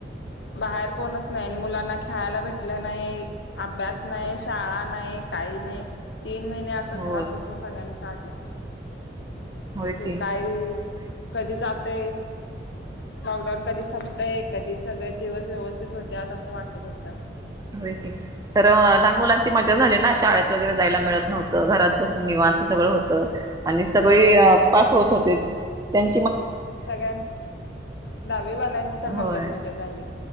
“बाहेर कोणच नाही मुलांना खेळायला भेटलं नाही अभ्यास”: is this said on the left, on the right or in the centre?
Left